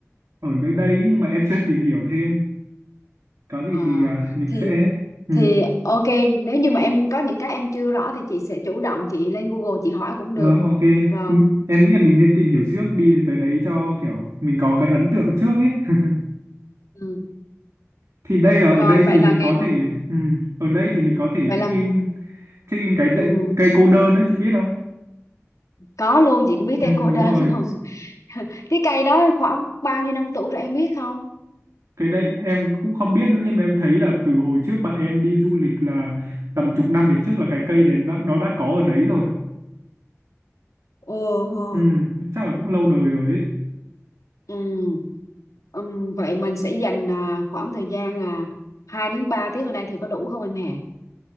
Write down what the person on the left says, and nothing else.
ờ
thì
thì ok nếu như mà em có những cái em chưa rõ thì chị sẽ chủ động chị lên Google chị hỏi cũng được
rồi
ừ.
rồi
vậy
là
ngày
đầu
ừ.
vậy
là
ừ.
có luôn chị cũng biết cây
cô
đơn
luôn <laughs> cái cây đó khoảng bao nhiêu năm tuổi rồi em biết không
Ồ, ồ.
ừ. Ừm, vậy mình sẽ dành à, khoảng thời gian là 2 đến 3 tiếng ở đây thì có đủ không em hè